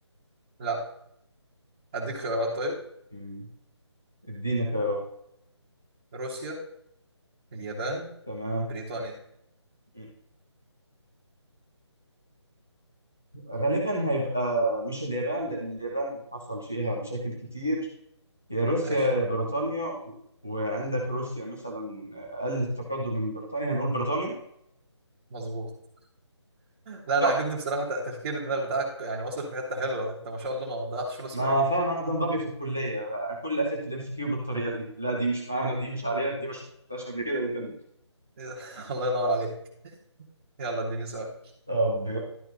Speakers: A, on the right (about 20°); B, in the centre.
A: لا اديك خيارات طيب
B: مم. اديني خيارات
A: روسيا اليابان
B: تمام
A: بريطانيا
B: مم. غالبا هيبقى مش اليابان لان اليابان حصل فيها مشاكل كتير يا روسيا
A: ماشي
B: يا بريطانيا و- وعندك روسيا مثلا اقل التقدم من بريطانيا هنقول بريطانيا
A: مظبوط لا انا
B: صح
A: عجبني بصراحه ت- تفكير الدماغ بتاعك يعني وصل في حته حلوه انت ما شاء الله ما ضيعتش ولا سؤال
B: ما فاهم انا ده نظامي في الكليه كل اسئله الام سي كيو بالطريقه دي لا دي مش معانا دي مش علينا دي ما شفتهاش قبل كده يبقى دي
A: إيه ده؟ <laughs> الله ينور عليك يلا اديني سؤال
B: طب بيقول